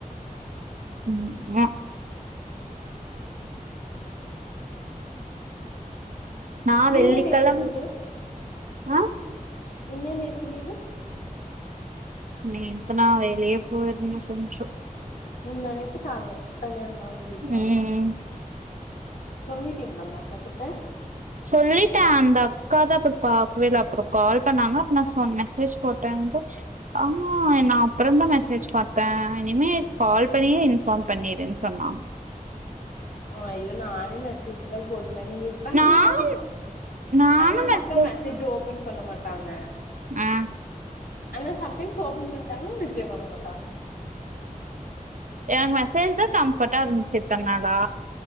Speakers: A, on the right; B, on the left.
A: ம் ம நா
B: நீங்க
A: வெள்ளிக்கெழம்
B: நேத்து லீவு
A: அ
B: நீங்க நேத்து நீங்க
A: நேத்து நா வெளிய போயிருந்த கொஞ்சோ
B: முந்தாநேத்து கால்லே கல்யாண்ணால் லீவா
A: ம்
B: சொன்னிட்டீங்ளா அந்தக்காகிட்ட
A: சொல்லிட்டே அந்தக்கா தா அப்ற பாக்கவேல்ல அப்ற கால் பண்ணாங்க அப்ப நா சொன் மெசேஜ் போட்டே ஆ நா அப்றந்தா மெசேஜ் பாத்தே இனிமே கால் பண்ணியே இன்ஃபார்ம் பண்ணி ணிடுன் சொன்னாங்
B: ஐயூ நானூ மெசேஜ் தா போட் டுவேனிங்கு பண்றிங்க
A: நான்
B: அர்த்தோ
A: நானு
B: ஆனா அந்தக்கா
A: மெசேஜ்
B: மெசேஜு ஓப்பன் பண்ண மாட்டாங்க
A: ஆ
B: ஆனா சம்டைம்ஸ் ஓபன் பண்ட்டாங்னா ரிப்ளை பண்ண மாட்டாங்
A: எனக்கு மெசேஜ் தா கம்ஃபர்ட்டா இர்ந்துச்சு இத்தன்நாளா